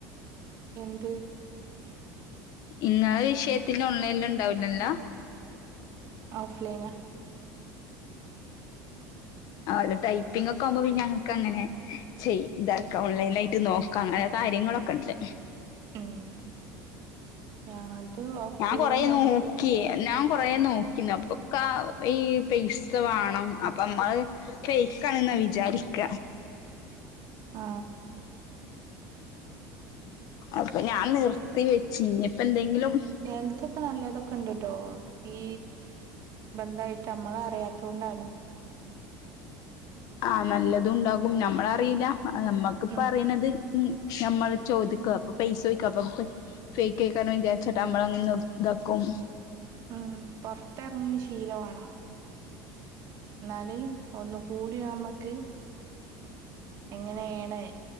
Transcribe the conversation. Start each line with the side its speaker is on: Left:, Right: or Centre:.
Right: എന്ത്
Left: ഇന്നെ വിഷയത്തി ഓൺലൈനില് ണ്ടാവുലല്ലോ
Right: ഓഫ്ലൈന
Left: ആ ആല്ലോ ടൈപ്പിംങ്ങൊക്കാവുമ്പോ പിന്നെ ഞങ്ങക്കങ്ങനെ ചെയ ഇതാക്ക ഓൺലൈന ആയിട്ട് നോക്കാം അങ്ങനെ കാര്യങ്ങളൊക്കെ ഉണ്ട്
Right: ഉം ഞാൾത് ഓഫ്‌ലൈനാണ്
Left: ഞാൻ കൊറെ നോക്കി ഞാൻ കൊറേ നോക്കിന്നു അപ്പൊക്ക ഈ പൈസ വേണം അപ്പ അഹ് ഫേക്കണന്നാ വിചാരിക്ക
Right: ആ
Left: അപ്പൊ ഞാൻ നിർത്തി വെച്ചു ഇനിപ്പെന്തെങ്കിലും
Right: ചെൽതൊക്കെ നല്ലതൊക്കെണ്ട്ട്ടോ ഈ ബന്ധായിട്ട് നമ്മളറിയാതോണ്ടാണ്
Left: ആ നല്ലതുണ്ടാകും ഞമ്മളറീല്ല നമ്മക്ക് ഇപ്പ
Right: ഉം
Left: അറിണത് നമ്മൾ ചോദിക്ക
Right: ഉം
Left: അപ്പൊ പൈസോയ്ക്ക അപ്പ ഫേക്കെയ്ക്കാരം വിചാരിചട്ട് നമ്മള ങ്ങ് ഇതാക്കും
Right: ഉം പൊർത്തർങ്ങി ശീലം വാണം എന്നാലേ ഒന്ന് കൂടിയമ്മക്ക് എങ്ങനെയാണ്